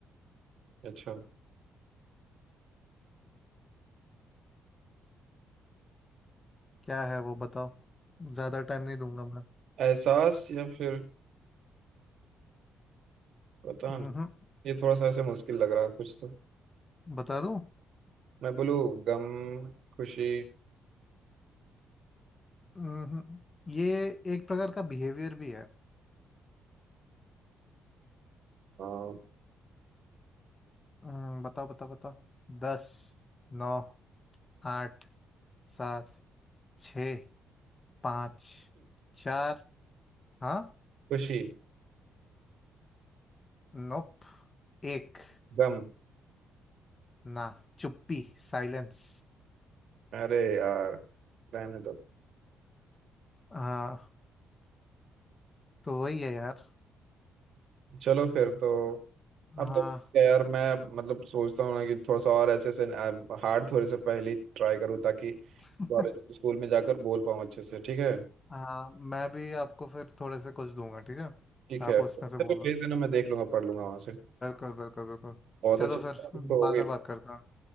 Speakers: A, on the right; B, on the left.
A: अच्छा
B: क्या है वो बताओ ज्यादा टाइम नहीं दूंगा मैं
A: एहसास या फिर पता
B: हम्म
A: नहीं ये थोड़ा सा ऐसे मुश्किल लग रहा है कुछ तो
B: बता दूं
A: मैं बोलूँ गम खुशी
B: हम्म ये एक प्रकार का बिहेवियर भी है
A: आ, खुशी
B: हम्म, बताओ बताओ बताओ दस नौ आठ सात छ पाँच चार हाँ
A: खुशी
B: नोप एक
A: गम
B: ना चुप्पी साइलेंस
A: अरे यार रहने दो
B: हाँ तो वही है यार
A: चलो फिर तो अब
B: हाँ
A: तो यार मैं मतलब सोचता हूँ ना कि थोड़ा सा और ऐसे ऐसे हार्ड थोड़े से पहले ट्राई करूँ ताकि
B: <laughs>
A: कॉलेज स्कूल में जाकर बोल पाऊँ अच्छे से ठीक है
B: हाँ मैं भी आपको फिर थोड़े से कुछ दूंगा ठीक है
A: ठीक
B: आप
A: है अच्छा,
B: उसमें से बोलना
A: तो भेज देना मैं देख लूंगा पढ़ लूंगा वहाँ से
B: बिल्कुल बिल्कुल बिल्कुल
A: बहुत अच्छी
B: चलो
A: प्रैक्टिस
B: फिर बाद
A: तो हो गई
B: में बात करता हूँ